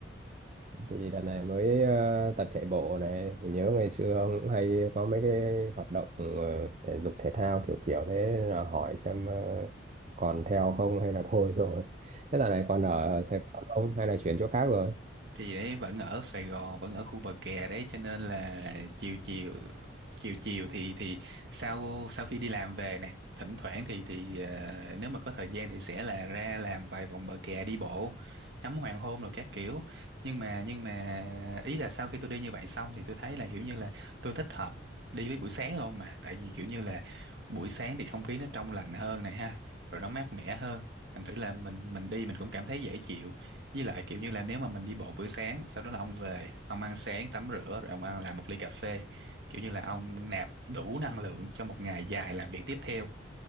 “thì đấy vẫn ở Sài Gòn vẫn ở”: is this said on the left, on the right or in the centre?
Right